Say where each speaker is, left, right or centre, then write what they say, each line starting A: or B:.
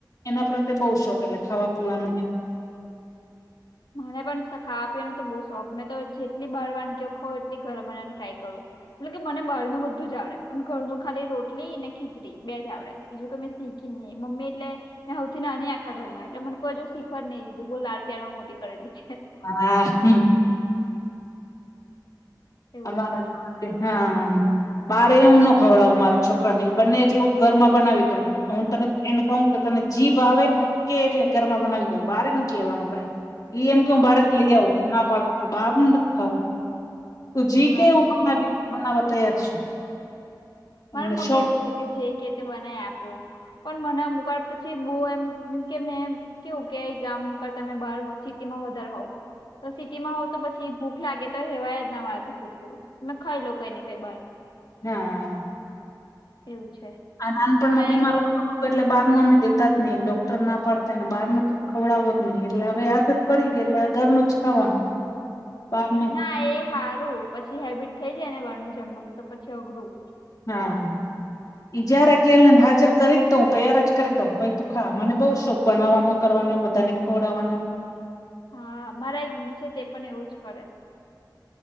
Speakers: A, on the left; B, on the left.
A: એના પ્રત્યે બઉ શોખ એટલે ખાવા પીવાનું.
B: મને પણ ખાવા પીવાનું તો બહુ શોખ મેં તો જેટલી બહારવાની કે ખઉ એટલી ઘર બનાવાની ટ્રાય કરું. મલ કે મને બહારનું બધું જ આવડે પણ ઘરનું ખાલી રોટલી ને ખીચડી બે જ આવડે. બીજું કાય મે સીખી ન‌ઇ મમ્મી એટલે. મે હ‌ઉ થી નાની આખા ઘરમાં એટલેને કોઈવ શીખવા જ નહીં દીધું બહુ લાડ પ્યારમાં મોટી કરી દિધી.
A: હા હ
B: એવું
A: અમારે.
B: છે
A: હા બારે હું નો ખવડાવું મારા છોકરાને બંને એટલું ઘરમાં બનાવી દ‌ઉ. હું તને એને કહું કે તને જીભ આવે ને કે એટલે ઘરમાં બનાવી દ‌ઉ બાર નથી લેવાનું કઈ. ઇ એમ. હું બારે
B: હા
A: થી લઈ આવું ના પાડુ તો બહાર ન ખાવું તું જી
B: એ
A: કે
B: વાત તો
A: હું બાનાવી.
B: સાચી
A: બનાવવા તૈયાર છું.
B: મારા
A: મને શોખ
B: મમ્મી એવું છે કે જે કે તે બનાવી આપવું. પણ મને અમુક વાર પછી બહુ એમ મીસ કે મે. કેવું કે ગામ કરતે તમે બાર સિટી માં વધારે હોવ. તો સિટી માં હોવ તો પછી ભૂખ લાગે તો રેવાય જ ના મારાથી ભૂખવું તમે ખાઈ લો કઈ ને કઈ બહાર.
A: હા.
B: એવું છે.
A: આ નાનપણ
B: તમે
A: માં બીમારો. હું તો એટલે બાર નુ અમ દેતા જ નહી ડોક્ટર ના પાડતા ને બારો તો ખવડાવો જ નહી‌ એટલે હવે આદત. પડી ગઈ એટલે ઘરનું જ ખાવાનું બાર.
B: હા એ હારું પછી હેબિટ થઈ જાયને બારનું જમવાનું તો પછી અઘરું.
A: હા. ઈ જયારે કે ને હાજર કરી જ દઉં તૈયાર જ કરી દઉં ભાઈ તું ખા મને બહુ શોખ. બનાવવાનો કરવાનો બધાને ખવડાવવાનો.
B: હા મારા એક દીદી છે તે પણ એવું જ કરે.